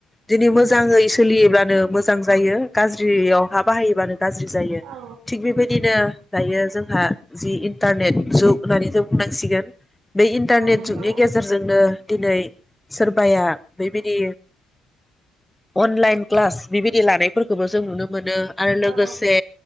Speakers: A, in the centre; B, on the right.
A: दिनै मोजाङै सोलियोब्लानो मोजां जायो गाज्रियावहा बाहायोबानो गाज्रि जायो
B: औ
A: थिग बेबायदिनो दायो जोंहा जि इन्टारनेट जुग होननानै जों बुंनांसिगोन । बे इन्टारनेट
B: औ नंगौ
A: जुगनि गे जोंनो दिनै सोरबाया बेबायदि अनलाइन क्लास बिबायदि लानायफोरखौबो जों नुनो मोन मोनो आरो लोगोसे
B: औ